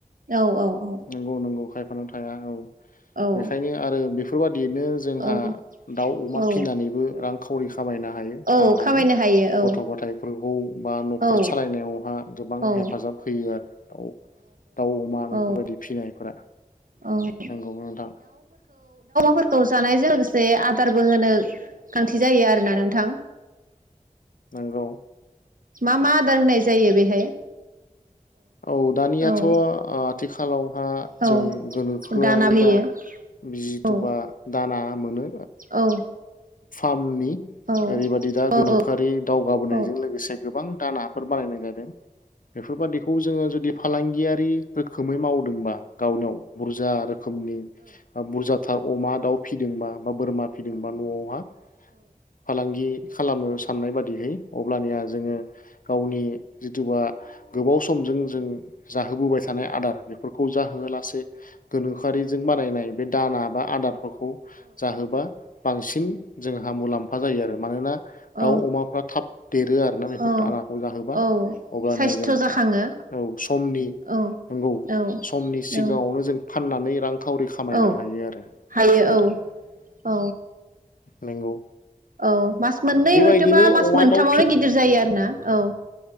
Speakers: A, on the right; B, on the left.
A: औ औ औ
B: नंगौ नंगौ खायफानाव थाया औ
A: औ
B: बेखायनो आरो बे बेफोरबा बेनो जोंहा
A: औ
B: दाउ अमा
A: औ
B: फिसिनानैबो रां खावरि खामायनो हायो
A: औ
B: फाननानै
A: खामायनो हायो औ
B: गथ गथायफोरखौ बा नखर
A: औ
B: सालायनायावहा गोबां
A: औ
B: हेफाजाब होयो आरो औ दाव अमा
A: औ
B: बो बायदि फिसिनायफोरा
A: औ
B: नोंगौ नोंथां
A: फोरखौ जानायजों लोगोसे आदारबो होनो गोनांथि जायो आरोना नोंथां
B: नोंगौ
A: मा मा आदार होनाय जायो बेहाय
B: औ दानियाथ
A: औ
B: आथिखालावहा
A: औ
B: जों गोनोखोआरि
A: दाना होयो
B: बा जिथुबा
A: औ
B: दाना मोनो
A: औ
B: फार्मनि
A: औ
B: ओरैबायादि दा
A: औ
B: गोनोखोआरि
A: औ
B: दावगाबोनायजों
A: औ
B: लोगोसे गोबां दा नाफोर बानायनाय जादों बेफोरबादि खौ जोङो जुदि फालांगियारि रोखोमै मावदोंबा गावनियाव बुरजा रोखोमनि ओ बुरजा हा अमा दाउ फि फिदोंबा बा बोरमा फिदोंबा न मा फालांगि खालामनो साननाय बादिहै अब्लानिया जोङो गावनि जिथुबा गोबाव समजों जो जों जाहोबोबाय थानाय आदार बेफोरखौ जाहोआलासे गोनोखोआरिजों बानायनाय बे दाना बा आदारफोरख खौ जाहोबा बांसिन। जोंहा मुलाम्फा जायो आरो मानोना दाउ
A: औ
B: अमाफ्रा थाब देरो आरोना बेफोर
A: औ
B: दानाखौ जाहोबा
A: औ
B: अब्लानिया
A: साइस्थ'
B: जों
A: जाखाङो
B: औ समनि
A: औ
B: नंगौ
A: औ
B: समनि सिगाङावनो
A: औ
B: जों। फाननानै रां खावरि खामायनो
A: औ
B: हायो आरो
A: हायो
B: नोंथां।
A: औ
B: नंगौ।
A: औ मास मोननै
B: बेबायदिनो
A: हयथबा मास
B: अमा
A: मोनथामावनो
B: दाउ
A: गिदिर जायो आरोना औ।